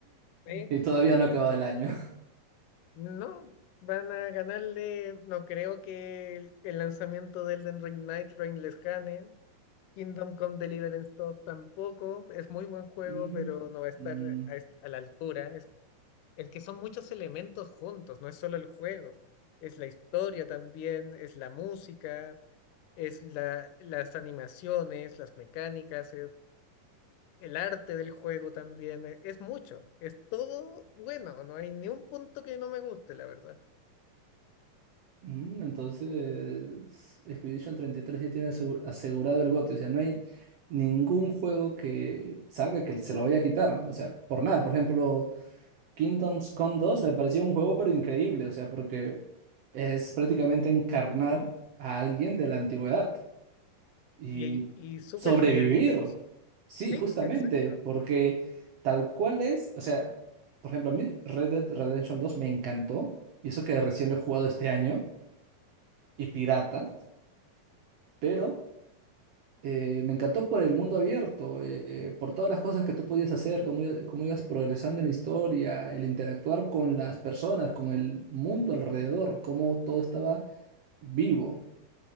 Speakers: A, on the left; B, on the right.
A: Eh,
B: Y todavía no acaba el año.
A: No, van a ganarle, no creo que el, el lanzamiento de Elden Ring Night Rain les gane. Kingdom Come Deliverance 2 tampoco, es muy buen juego,
B: Mm,
A: pero no va a estar
B: mm,
A: a, est- a la altura. el que son muchos elementos juntos, no es solo el juego, es la historia también, es la música, es la, las animaciones, las mecánicas, es el arte del juego también, e- es mucho, es todo bueno, no hay ni un punto que no me guste, la verdad.
B: mm, entonces, Expedition 33 ya tiene asegu- asegurado el GOTY. O sea, no hay ningún juego que salga que se lo vaya a quitar. O sea, por nada. Por ejemplo, Kingdoms Come 2 me pareció un juego pero increíble. O sea, porque es prácticamente encarnar a alguien de la antigüedad. Y
A: Y, y, y súper
B: sobrevivir.
A: fidedigno, sí.
B: Sí,
A: Sí,
B: justamente,
A: exacto.
B: porque tal cual es, o sea, por ejemplo, a mí Red Dead Redemption dos me encantó, y eso que recién lo he jugado este año, y pirata, pero eh, me encantó por el mundo abierto, eh, por todas las cosas que tú podías hacer, cómo, iba- cómo ibas progresando en la historia, el interactuar con las personas, con el mundo alrededor, cómo todo estaba vivo.